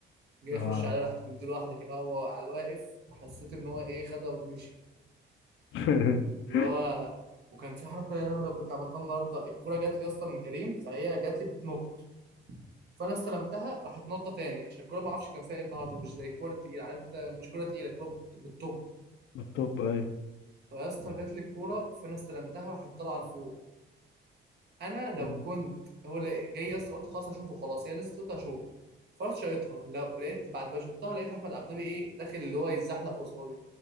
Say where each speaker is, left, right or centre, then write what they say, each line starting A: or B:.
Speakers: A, on the right; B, on the left.
A: جاي
B: اه
A: يخش عليه رحت مديله واحده كده هو على الواقف وحسيت ان هو ايه خدها ومشي
B: <laughs>
A: اللي هو وكان في حركه يا لهوي لو كنت عملتها النهارده الكوره جات لي يا اسطى من كريم فهي جات لي بتنط فانا استلمتها راحت نطه تاني عشان الكوره ما اعرفش كان فيها ايه النهارده مش زي الكوره التقيله عارف انت مش كوره تقيله الكوره بت- بالطب
B: بالطب ايوه
A: فيا اسطى جات لي الكوره فانا استلمتها راحت طالعه لفوق انا لو
B: مم.
A: كنت هو لا- جاي يا اسطى قلت خلاص هشوط وخلاص هي نزلت قلت هشوط فرحت شايطها لو لقيت بعد ما شطها لقيت احمد عبد النبي ايه داخل اللي هو يتزحلق قصادي